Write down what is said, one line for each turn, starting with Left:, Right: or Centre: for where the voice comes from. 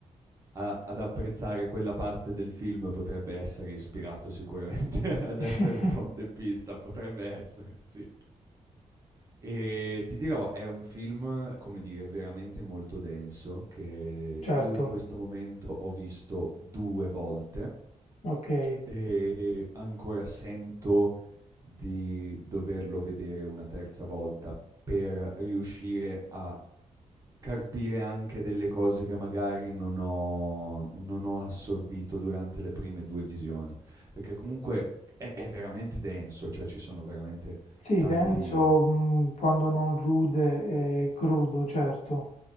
Right: a- ad apprezzare quella parte del film potrebbe essere ispirato sicuramente <laughs> ad
Left: <laughs>
Right: essere un ponteppista, potrebbe essere, sì. E ti dirò, è un film, come dire, veramente molto denso, che
Left: Certo,
Right: io in questo momento ho visto due volte
Left: okay.
Right: e ancora sento di doverlo vedere una terza volta per riuscire a Carpire anche delle cose che magari non ho non ho assorbito durante le prime 2 visioni, perché comunque è è veramente denso, cioè ci sono veramente
Left: Sì,
Right: tanti
Left: denso, mh, quando non rude e crudo, certo,